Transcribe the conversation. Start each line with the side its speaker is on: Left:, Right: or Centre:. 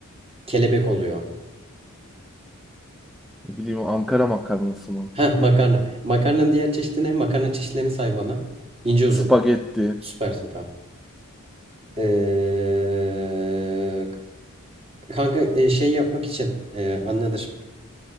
Right: Kelebek oluyor.
Centre: Ne bileyim Ankara makarnası mı?
Right: Heh makarna. Makarnanın diğer çeşidi ne? Makarna çeşitlerini say bana. İnce uzun.
Centre: Spagetti.
Right: Süpersin tamam. Ee, kanka e, şey yapmak için e, anladır.